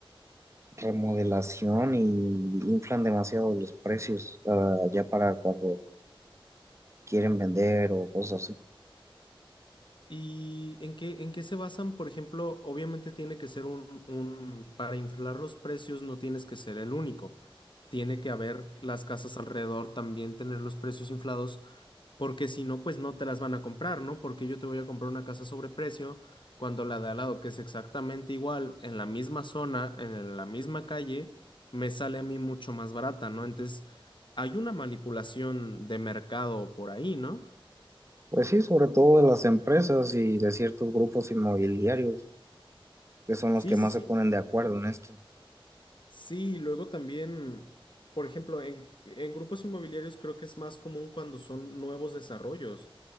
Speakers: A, on the right; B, on the left.
A: remodelación y inflan demasiado los precios ah, ya para cuando quieren vender o cosas así.
B: ¿Y en qué, en qué se basan? Por ejemplo, obviamente tiene que ser un, un, para inflar los precios no tienes que ser el único. Tiene que haber las casas alrededor también tener los precios inflados porque si no, pues no te las van a comprar, ¿no? Porque yo te voy a comprar una casa sobre precio cuando la de al lado, que es exactamente igual, en la misma zona, en la misma calle, me sale a mí mucho más barata, ¿no? Entonces, hay una manipulación de mercado por ahí, ¿no?
A: Pues sí, sobre todo de las empresas y de ciertos grupos inmobiliarios que son
B: Sí,
A: los que más
B: sí, sí.
A: se ponen de acuerdo en esto.
B: Sí, luego también, por ejemplo, en, en grupos inmobiliarios creo que es más común cuando son nuevos desarrollos,